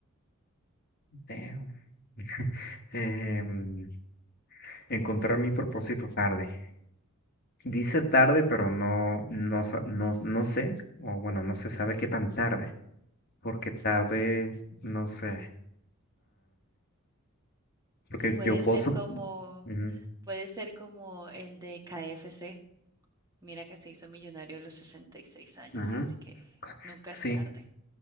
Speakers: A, on the left (about 45°); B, on the right (about 15°).
A: damn. <laughs> Em, encontrar mi propósito tarde. Dice tarde, pero no, no, sa- no, no sé, o bueno, no se sabe qué tan tarde, porque tarde, no sé. Porque
B: Puede
A: yo puedo...
B: ser
A: sup-
B: como,
A: Ujú,
B: puede ser como el de KFC. Mira que se hizo millonario a los sesenta y seis años,
A: ujú,
B: así que nunca
A: sí,
B: es tarde.